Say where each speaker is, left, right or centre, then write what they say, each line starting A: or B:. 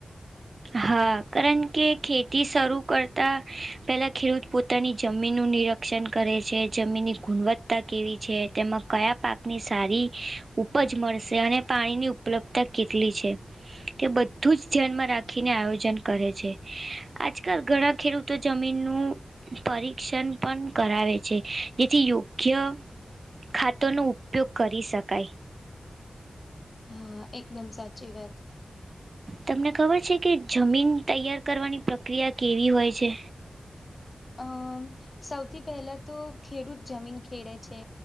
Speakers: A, on the right; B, on the left.
A: હા કારણ કે ખેતી શરૂ કરતા પેલા, ખેડૂત પો પોતાની જમીનનું નિરીક્ષણ કરે છે જમીનની ગુણવત્તા કેવી છે તેમાં કયા પાક ની સારી, ઉપજ મળશે અને પાણીની ઉપ ઉપલબ્ધતા કેટલી છે, તે બધું જ ધ્યાનમાં રાખે રાખીને આયોજન કરે છે, આજકાલ ઘણા ખેડૂતો જમીનનું પરીક્ષણ પણ કરાવે છે, જેથી યોગ્ય ખાતોનો ઉપયોગ કરી શકાય.
B: હા એકદમ સાચી વાત.
A: તમને ખબર છે કે જમીન તૈયાર કરવાની પ્રક્રિયા કેવી હોય છે?
B: અમ સૌથી પહેલા તો ખેડૂત જમીન ખેડે છે.